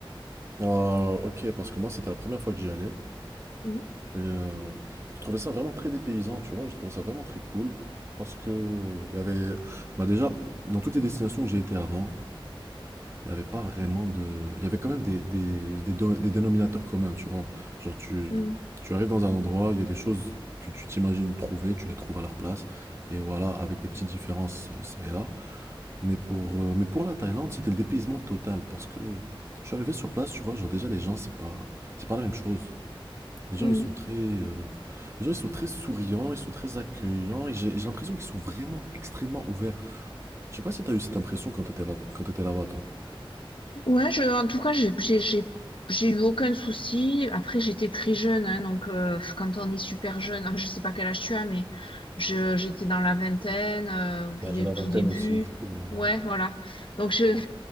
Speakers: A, on the right; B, on the left.
A: Ah, ok, parce que moi, c'était la première fois que j'y allais.
B: Mm,
A: Et, euh, je trouvais ça vraiment très dépaysant, tu vois. Je trouvais ça vraiment très cool parce que euh, il y avait, bah déjà, dans toutes les destinations où j'ai été avant, il y avait pas vraiment de, il y avait quand même des, des, des do- des dénominateurs communs, tu vois. Genre tu,
B: mm,
A: tu arrives dans un endroit, il y a des choses que tu t'imagines trouver, tu les trouves à leur place. Et voilà, avec des petites différences, euh, ça et là. Mais pour, euh, mais pour la Thaïlande, c'était le dépaysement total parce que je suis arrivé sur place, tu vois, genre déjà les gens, c'est pas, c'est pas la même chose. Les gens,
B: mm.
A: ils sont très, euh, les gens, ils sont très souriants, ils sont très accueillants, et j'ai j'ai l'impression qu'ils sont vraiment extrêmement ouverts. Je sais pas si tu as eu cette impression quand tu étais là, quand t'étais là-bas, toi.
B: Ouais, je, en tout cas, j'ai, j'ai, j'ai, j'ai eu aucun souci. Après, j'étais très jeune, hein, donc euh, quand on est super jeune, enfin, je sais pas quel âge tu as, mais je, j'étais dans la vingtaine, euh, tout,
A: Bah, j'ai
B: dé-
A: la
B: tout
A: vingtaine
B: début.
A: aussi, du coup, euh,
B: Ouais,
A: voilà.
B: voilà. Donc je,